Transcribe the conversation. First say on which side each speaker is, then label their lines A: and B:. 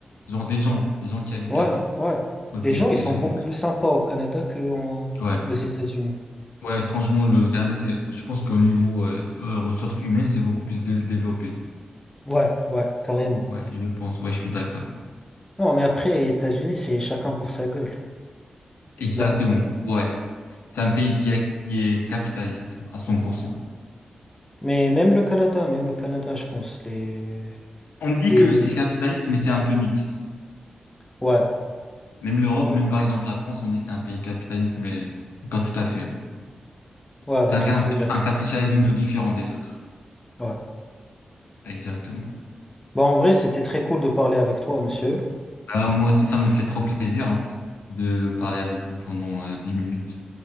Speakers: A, on the left (about 75°); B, on the left (about 15°).
A: genre des gens, les gens qui habitent
B: Ouais,
A: là-bas.
B: ouais.
A: Ok,
B: Les gens,
A: ok,
B: ils
A: j'ai
B: sont beaucoup
A: compris.
B: plus sympas au Canada qu'aux
A: Ouais.
B: aux États-Unis.
A: Ouais, franchement, le Canada, c'est, je pense qu'au niveau euh, euh, ressources humaines, c'est beaucoup plus dé- développé.
B: Ouais, ouais, carrément.
A: Ouais, je pense. Ouais, je suis d'accord.
B: Non, mais après, les États-Unis, c'est chacun pour sa gueule.
A: Exactement.
B: Donc, euh,
A: Ouais. C'est un pays qui est, qui est capitaliste à 100%.
B: mais même le Canada, même le Canada, je pense, les,
A: On dit
B: les,
A: que
B: les,
A: c'est
B: les-
A: capitaliste, mais c'est un peu mix.
B: ouais,
A: Même l'Europe,
B: ouais,
A: même par exemple la France, on dit que c'est un pays capitaliste, mais pas tout à fait.
B: ouais, avec
A: C'est un, cap-
B: les, sé- la sécurité.
A: un capitalisme différent des autres.
B: Ouais.
A: Exactement.
B: Bon, en vrai, c'était très cool de parler avec toi, monsieur.
A: Alors moi aussi, ça me fait trop plaisir hein, de parler avec vous pendant euh, 10 minutes.